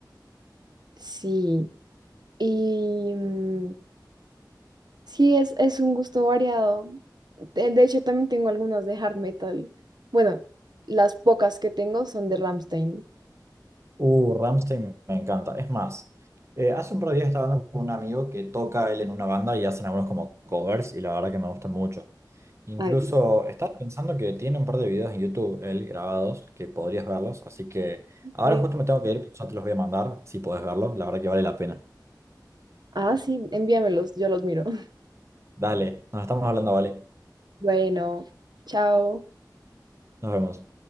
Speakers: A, on the right; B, on the right.
A: Sí, Y mm, sí, es, es un gusto variado. De de hecho, también tengo algunas de hard metal. Bueno, las pocas que tengo son de Rammstein.
B: Uh, Rammstein me encanta. Es más, eh, hace un par de días estaba hablando con un amigo que toca él en una banda y hacen algunos como covers y la verdad que me gustan mucho. Incluso
A: Ay, qué-
B: estaba pensando que tiene un par de videos en YouTube él grabados que podrías verlos, así que ahora
A: Vale.
B: justo me tengo que ir, pero ya te los voy a mandar si podés verlos, la verdad que vale la pena.
A: Ah, sí, envíamelos, yo los miro. <laughs>
B: Dale, nos estamos hablando, vale.
A: Bueno, chao.
B: Nos vemos.